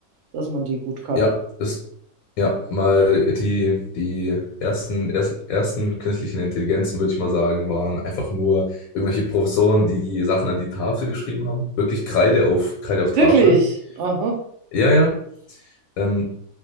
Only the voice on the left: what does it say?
Ja, ist, ja, mal die, die ersten, erst, ersten künstlichen Intelligenzen, würde ich mal sagen, waren einfach nur irgendwelche Professoren, die die Sachen an die Tafel geschrieben haben. Wirklich Kreide auf, Kreide
auf Tafel.
Ja, ja. Ähm,